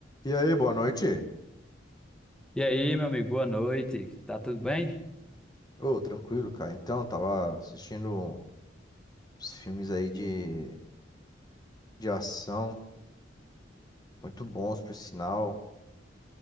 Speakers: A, on the left; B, in the centre.
A: E aí, boa noite.
B: E aí, meu amigo, boa noite. Tá tudo bem?
A: Ô, tranquilo, cara. Então, tava assistindo uns filmes aí de, de ação, muito bons, por sinal,